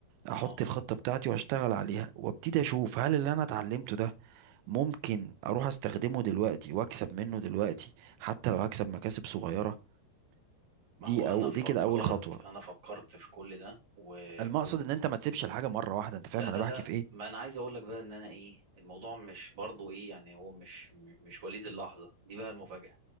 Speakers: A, on the right; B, on the right.
A: احط
B: اه
A: الخطة بتاعتي واشتغل عليها وابتدي اشوف هل اللي انا اتعلمته ده ممكن اروح استخدمه دلوقتي واكسب منه دلوقتي حتى لو هكسب مكاسب صغيرة
B: ما
A: دي
B: هو انا
A: او
B: فكرت
A: دي كده اول خطوة
B: انا فكرت في كل ده وكنت
A: المقصد ان انت ما تسيبش الحاجة مرة واحدة انت فاهم
B: لا لا
A: انا بحكي
B: لا
A: في ايه
B: ما انا عايز اقول لك بقى ان انا ايه الموضوع مش برضو ايه يعني هو مش م- مش وليد اللحظة دي بقى المفاجأة